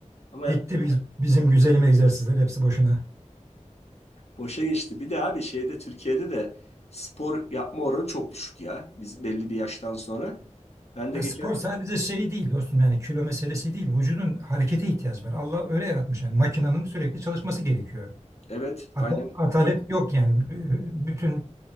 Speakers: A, on the left; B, on the right.
A: Ama
B: Gitti biz, bizim güzelim egzersizler hepsi boşuna.
A: Boşa geçti. Bir de abi şeyde Türkiye'de de spor yapma oranı çok düşük ya. Biz belli bir yaştan sonra. Ben de
B: Ha,
A: geçen
B: spor sadece şey değil dostum yani kilo meselesi değil. Vücudun harekete ihtiyacı var. Allah öyle yaratmış yani makinenin sürekli çalışması gerekiyor.
A: evet
B: Ata-
A: aynen
B: Atalet yok yani. B- Bütün